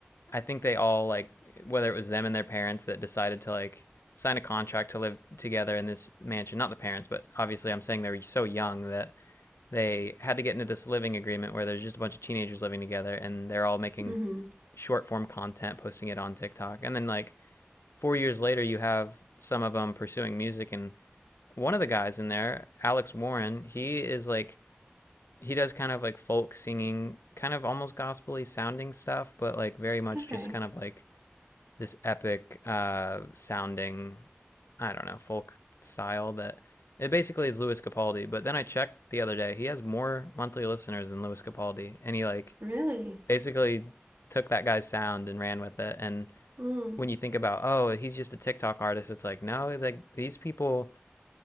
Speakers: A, on the left; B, on the right.
A: I think they all like whether it was them and their parents that decided to like sign a contract to live together in this mansion. Not the parents, but obviously I'm saying they were so young that they had to get into this living agreement where there's just a bunch of teenagers living together and they're all making
B: Mhm.
A: short form content, posting it on TikTok. And then like 4 years later you have some of them pursuing music and one of the guys in there, Alex Warren, he is like he does kind of like folk singing, kind of almost gospely sounding stuff, but like very much
B: Okay.
A: just kind of like this epic uh, sounding, I don't know, folk style that it basically is Louis Capaldi. But then I checked the other day, he has more monthly listeners than Louis Capaldi, and he like
B: Really?
A: basically took that guy's sound and ran with it. And
B: Mm,
A: when you think about, oh, he's just a TikTok artist, it's like no, like these people.